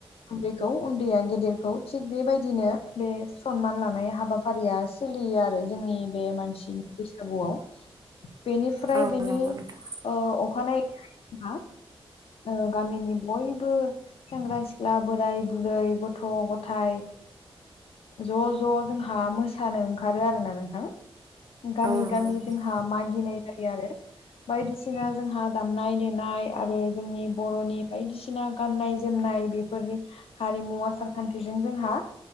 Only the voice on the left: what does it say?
उन्दैखौ उन्दैया गेदेरखौ थिग बेबायदिनो बे सनमान लानाय हाबाफारिया सोलियो आरो जोंनि बे मानसिनि बैसागुआव बेनिफ्राय
बेनि
ओ अखानाय जोंहा गामिनि बयबो सेंग्रा सिख्ला बोराय बुरै गथ' गथाय ज' ज' जोंहा मोसानो ओंखारो आरोना नोंथां गामि
गामि
जोंहा मागिनाय जायो आरो बायदिसिना जोंहा दामनाय देनाय आरो जोंनि बर'नि बायदिसिना गाननाय जोमनाय बेफोरनि हारिमु आसार खान्थिजों जोंहा